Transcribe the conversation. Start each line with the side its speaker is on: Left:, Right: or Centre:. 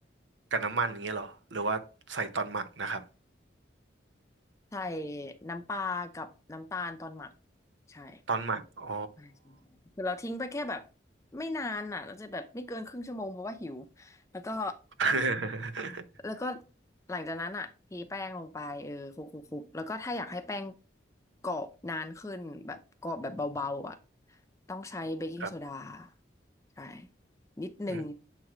Right: กับน้ำมันอย่างเงี้ยเหรอหรือว่าใส่ตอนหมักนะครับ
Left: ใส่น้ำปลากับน้ำตาลตอนหมักใช่
Right: ตอนหมักอ๋อ
Left: ใช่ใช่ใช่คือเราทิ้งไปแค่แบบไม่นานอ่ะเราจะแบบไม่เกินครึ่งชั่วโมงเพราะว่าหิวแล้วก็
Right: <laughs>
Left: แล้วก็หลังจากนั้นอ่ะทีแป้งลงไปเออคลุกคลุกคลุกแล้วก็ถ้าอยากให้แป้งกรอบนานขึ้นแบบกรอบแบบเบาๆอ่ะต้องใช้เบกกิ้งโซดา
Right: ครับ
Left: ใช่นิดนึง
Right: หืม